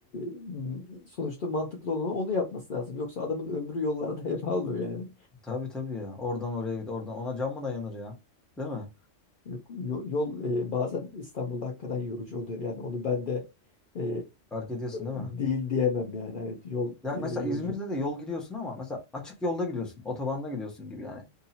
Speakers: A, on the left; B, in the centre.
A: e, sonuçta mantıklı olan o, onu yapması lazım. Yoksa adamın ömrü yollarda <laughs> heba olur yani.
B: Tabii tabii ya. Oradan oraya git oradan. Ona can mı dayanır ya? Değil mi?
A: Yok, yo- Yol, e, bazen İstanbul'da hakikaten yorucu oluyor. Yani onu ben de e,
B: Fark ediyorsun değil
A: değil
B: mi?
A: diyemem yani. Evet yol
B: Ya
A: e,
B: mesela
A: yorucu.
B: İzmir'de de yol gidiyorsun ama mesela açık yolda gidiyorsun. Otobanda gidiyorsun gibi yani.